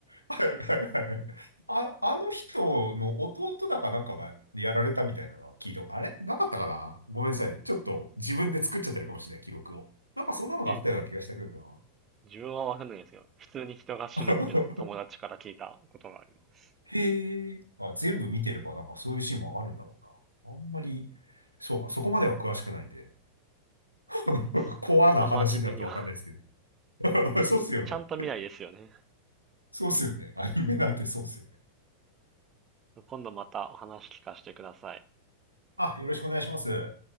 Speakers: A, on the right; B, on the right.
A: はいはいはいはい。あ、あの人の弟だかなんかがやられたみたいなのは聞いた。あれなかったかなごめんなさい。ちょっと自分で作っちゃってるかもしれない、記録を。なんかそんなのがあったような気がしたけど
B: え、自分はわかんないんですけど、普通に人が死ぬってのを友達から聞いたことがあります。
A: な。<laughs> へえ。<laughs> あ、全部見てればなんかそういうシーンもあるんだろうな。あんまり、そうか、そこまでは詳しくないんで。<laughs>
B: ますそんな真面目には、
A: コアな話になるとわかんないですけど。<laughs> そうっすよね。
B: <laughs> ちゃんと見ないですよね。
A: そうっすよね。アニメなんてそうっすよね。
B: 今度またお話聞かせてください。
A: あ、よろしくお願いします。